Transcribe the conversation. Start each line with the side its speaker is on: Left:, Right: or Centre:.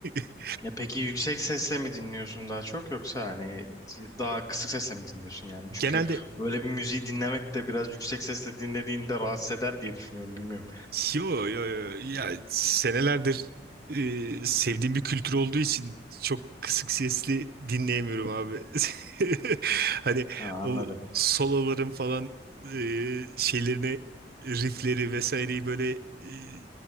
Right: <laughs>
Left: Ya peki yüksek sesle mi dinliyorsun daha çok yoksa hani daha kısık sesle mi dinliyorsun yani? Çünkü
Right: genelde
Left: öyle bir müziği dinlemek de biraz yüksek sesle dinlediğinde rahatsız eder diye düşünüyorum bilmiyorum.
Right: Yo yo yo ya senelerdir e, sevdiğim bir kültür olduğu için çok kısık sesli dinleyemiyorum abi. <laughs> Hani
Left: Ha, anladım.
Right: o soloların falan e, şeylerini riffleri vesaireyi böyle e,